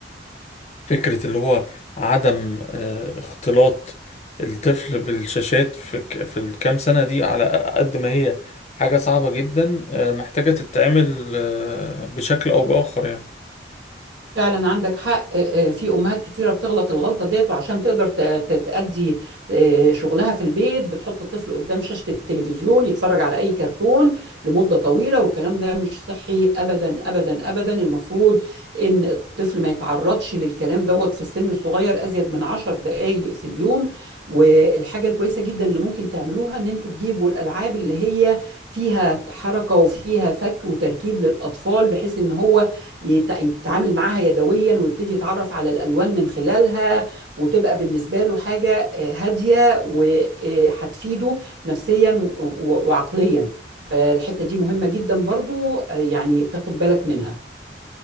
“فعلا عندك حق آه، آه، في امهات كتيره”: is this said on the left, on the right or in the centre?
Right